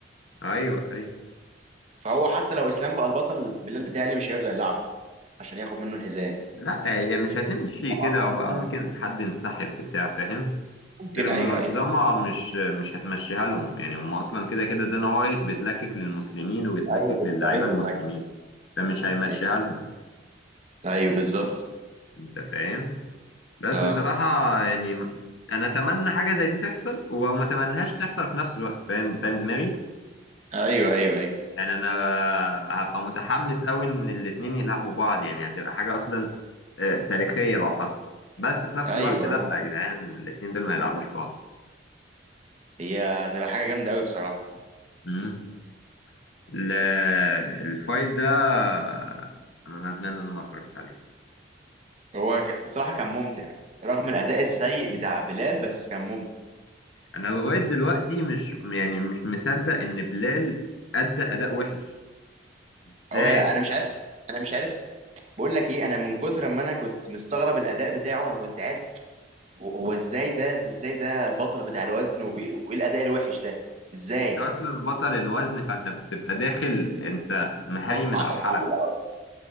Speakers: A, on the left; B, on the right.
A: ايوه ايوه
B: فهو حتى لو اسلام بقى البطل بلال بتهيألي مش هيرضى يلعبه عشان ياخد منه الحزام
A: لا هي مش هتمشي كده
B: أظن
A: او بقى
B: يعني.
A: ممكن حد ينسحب بتاع فاهم
B: ممكن
A: غير المنظمة
B: ايوه ايوه
A: مش مش هتمشيها لهم يعني هم اصلا كده كده دانا وايت بتلكك للمسلمين وبتلكك
B: ايوه بيضطهدهم
A: للاعيبة المسلمين
B: ايوه
A: فمش هيمشيها
B: ايوه
A: لهم
B: ايوه بالظبط
A: انت فاهم بس
B: اه
A: بصراحة يعني انا اتمنى حاجة زي دي تحصل وما اتمنهاش تحصل في نفس الوقت فاهم فاهم دماغي
B: ايوه ايوه ايوه
A: يعني انا هبقى متحمس قوي ان الاتنين يلعبوا بعض يعني هتبقى حاجه اصلا آه، تاريخيه لو حصل بس في نفس
B: ايوه
A: الوقت لا
B: أيوه.
A: يا جدعان الاتنين دول ما يلعبوش بعض
B: هي هتبقى حاجة جامدة قوي بصراحة
A: مم. لا الفايت ده آه، انا ندمان ان انا ما اتفرجتش عليه
B: هو ك... بصراحة كان ممتع رغم الأداء السيء بتاع بلال بس كان ممتع
A: انا لغايه دلوقتي مش يعني مش مصدق ان بلال ادى اداء وحش ازاي
B: هو أنا
A: كده؟
B: مش عارف أنا مش عارف بقول لك إيه أنا من كتر ما أنا كنت مستغرب الأداء بتاعه أنا كنت قاعد هو هو إزاي ده إزاي ده البطل بتاع الوزن وبي... وإيه الأداء الوحش ده إزاي
A: انت اصلا بطل الوزن فانت بتبقى داخل انت مهيمن
B: توقعاتك
A: على الحلبة
B: عالية أصلا